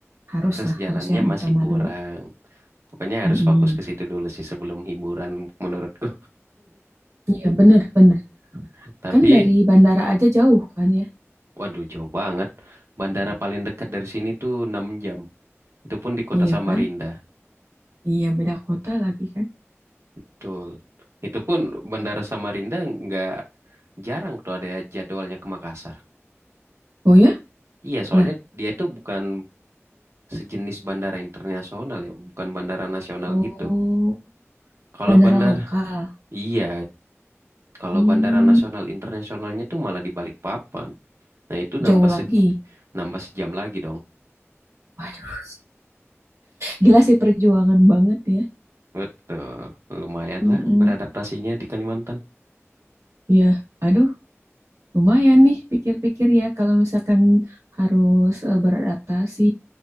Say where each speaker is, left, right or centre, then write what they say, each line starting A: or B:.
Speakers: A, on the right; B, on the right.
A: harus
B: Akses
A: lah
B: jalannya
A: harus yang
B: masih
A: utama
B: kurang.
A: dulu.
B: Pokoknya harus
A: Mm-mm.
B: fokus ke situ dulu sih sebelum hiburan menurutku.
A: Iya, bener, bener.
B: <laughs> Tapi,
A: Kan dari bandara aja jauh kan ya?
B: waduh jauh banget. Bandara paling dekat dari sini tuh 6 jam. Itu pun di kota
A: Iya
B: Samarinda.
A: kan? Iya, beda kota lagi kan?
B: Betul. Itu pun bandara Samarinda nggak jarang tuh ada jadwalnya ke Makassar.
A: Oh ya?
B: Iya, soalnya
A: Lah,
B: dia itu bukan sejenis bandara internasional ya, bukan bandara nasional
A: oh,
B: gitu. Kalau
A: bandara
B: bandar,
A: lokal.
B: iya, kalau
A: Hmm,
B: bandara nasional internasionalnya tuh malah di Balikpapan. Nah itu nambah
A: jauh lagi.
B: se nambah sejam lagi dong.
A: Waduh, gila sih perjuangan banget ya.
B: Betul, lumayan
A: Mm-mm.
B: lah beradaptasinya di Kalimantan.
A: Ya, aduh, lumayan nih pikir-pikir ya kalau misalkan harus eh, beradaptasi,